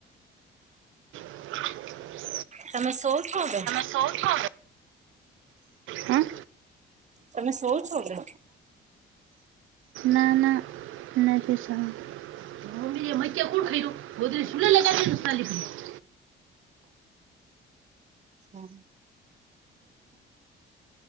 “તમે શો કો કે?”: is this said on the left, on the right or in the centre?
Right